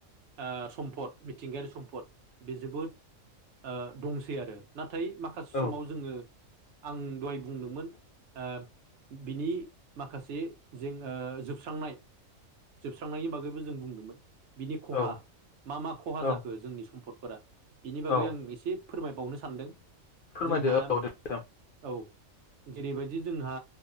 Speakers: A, on the right; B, on the left.
A: ओ सम्पद मिथिंगायारि सम्पद बे जोबोद ओ दंसै आरो नाथाय माखा
B: औ
A: समाव जोङो आं दहाय बुंदोंमोन ओ बिनि माखासे जें ओ जोबस्रांनाय जोबस्रांनायनि बागैबो जों बुंदोंमोन बिनि खहा
B: औ
A: मा मा खहा
B: औ
A: जाखो जोंनि सम्पद फोरा बिनि बागै
B: औ
A: आं एसे फोरमायबावनो सानदों
B: फोरमायदो
A: जोंहा
B: औ दे नोंथां
A: औ जेरैबायदि जोंहा